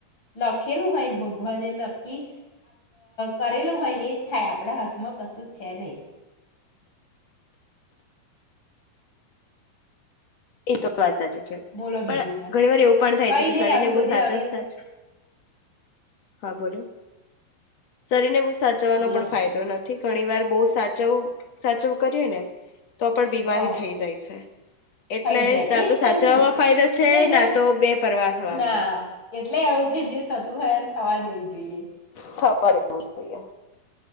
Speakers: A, on the left; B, on the left.
A: લખેલું હોયને ભગવાને નક્કી કરેલું હોય ને એ થાય આપણા <unintelligible> કશું છે નહી
B: એ તો વાત સાચી છે
A: બોલો બીજું
B: પણ
A: તાર
B: ઘણી વાર એવું પણ થાય
A: કઈ
B: છે કે
A: નહી
B: શરીરને
A: આવી બધી
B: બહુ સાચ
A: આવી
B: જ
A: રહી
B: સાચ હા બોલો શરીરને બહુ સાચવવાનો
A: બોલો
B: પણ
A: તમે
B: ફાયદો નથી થી ઘણી વાર બહ સાચવ સાચવ કરીએ ને તો પણ બીમારી
A: હા
B: થઈ જાય છે. એટલે
A: થઈ જાય
B: ના
A: એજ
B: તો
A: કહ
B: સાચવવામાં
A: છું
B: ફાયદો છે
A: કે જો
B: ના તો બે પરવા થવામાં.
A: ના એટલે એવું કે જે થતું હોય એમ થવા દેવું જોઈએ.
B: થવારીહીએ <unintelligible>